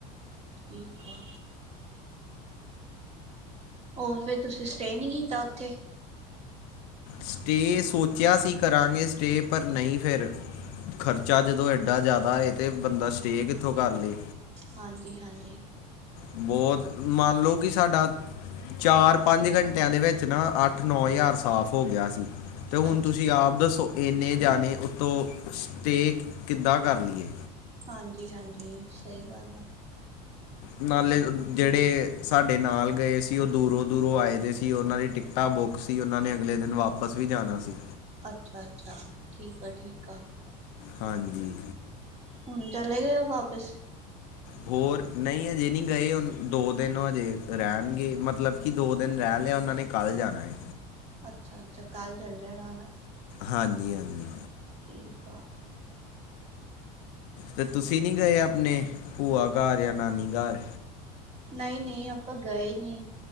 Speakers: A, on the right; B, on the left.
A: ਠੀਕ ਆ ਹੋਰ ਫੇਰ ਤੁਸੀਂ ਸਟੇ ਨੀ ਕੀਤਾ ਉੱਥੇ
B: ਸਟੇ ਸੋਚਿਆ ਸੀ ਕਰਾਂਗੇ ਸਟੇ ਪਰ ਨਹੀਂ ਫਿਰ ਖਰਚਾ ਜਦੋਂ ਏਡਾ ਜ਼ਿਆਦਾ ਏ ਤੇ ਬੰਦਾ ਸਟੇ ਕਿੱਥੋਂ ਕਾਰ ਲੇ
A: ਹਾਂਜੀ ਹਾਂਜੀ
B: ਬਹੁਤ ਮੰਨ ਲੋ ਕਿ ਸਾਡਾ ਚਾਰ ਪੰਜ ਘੰਟਿਆਂ ਦੇ ਵਿੱਚ ਨਾ ਅੱਠ ਨੌ ਯਾਰ ਸਾਫ਼ ਹੋ ਗਿਆ ਸੀ ਤੇ ਹੁਣ
A: ਅੱਛਾ
B: ਤੁਸੀਂ ਆਪ ਦੱਸੋ ਇੰਨੇ ਜਾਣੇ ਉੱਤੋਂ ਸਟੇ ਕਿੱਦਾਂ ਕਰ ਲਈਏ
A: ਹਾਂਜੀ ਹਾਂਜੀ ਸਹੀ ਗੱਲ ਆ
B: ਨਾਲੇ ਜਿਹੜੇ ਸਾਡੇ ਨਾਲ ਗਏ ਸੀ ਉਹ ਦੂਰੋਂ ਦੂਰੋਂ ਆਏ ਦੇ ਸੀ ਉਹਨਾਂ ਦੀ ਟਿਕਟਾਂ ਬੁੱਕ ਸੀ ਉਹਨਾਂ ਨੇ ਅਗਲੇ ਦਿਨ ਵਾਪਸ ਵੀ ਜਾਣਾ ਸੀ
A: ਅੱਛਾ ਅੱਛਾ ਠੀਕ ਆ ਠੀਕ ਆ
B: ਹਾਂਜੀ
A: ਹੁਣ ਚਲੇ ਗਏ ਓਹ ਵਾਪਿਸ
B: ਹੋਰ ਨਹੀਂ ਹਜੇ ਨਹੀਂ ਗਏ <unintelligible> ਦੋ ਦਿਨ ਹਜੇ ਰਹਿਣਗੇ ਮਤਲਬ ਕਿ ਦੋ ਦਿਨ ਰਹਿਣ ਹਲੇ ਉਹਨਾਂ ਨੇ ਕੱਲ ਜਾਣਾ ਹੈ
A: ਅੱਛਾ ਅੱਛਾ ਕੱਲ ਚੱਲ ਜਾਣਾ ਨਾ
B: ਹਾਂਜੀ ਹਾਂਜੀ
A: ਠੀਕ ਆ
B: ਤੇ ਤੁਸੀਂ ਨਹੀਂ ਗਏ ਆਪਣੇ ਭੂਆ ਘਰ ਯਾਂ ਨਾਨੀ ਘਰ
A: ਨਹੀਂ ਨਹੀਂ ਆਪਾਂ ਗਏ ਨੀ